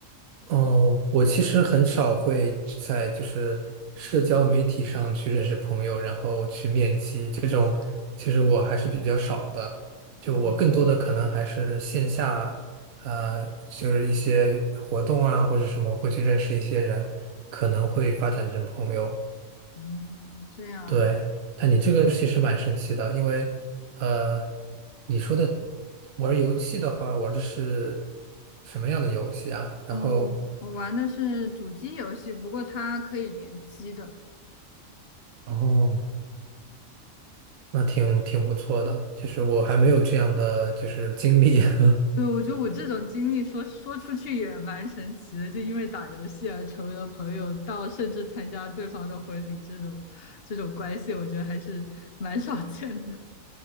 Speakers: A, on the right; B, on the left.
A: 哦，我其实很少会在就是社交媒体上去认识朋友，然后去面基这种，其实我还是比较少的。就我更多的可能还是线下，
B: 哦，
A: 呃，就是一些活动啊或者什么会去认识一些人，可能会发展成朋友。
B: 嗯，这样，
A: 对，但你这个其实蛮神奇的，因为呃，你说的玩儿游戏的话，玩儿的是什么样的游戏啊？然后。
B: 哦，我玩的是主机游戏，不过它可以联机的。
A: 哦，那挺挺不错的，就是我还没有这样的就是经历，<laughs>
B: 对，我觉得我这种经历说说出去也蛮神奇的，就因为打游戏而成为了朋友，到甚至参加对方的婚礼这种这种关系，我觉得还是蛮少见的。